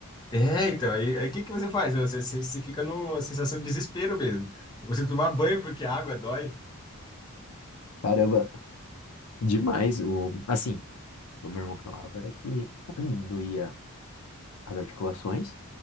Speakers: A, on the left; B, on the left.
A: É, então, aí aí o que que você faz? Você, você, você fica numa sensação de desespero mesmo. Eu consigo tomar banho porque a água dói.
B: Caramba, demais. O, assim, o meu irmão falava era que <clears throat> doía as articulações,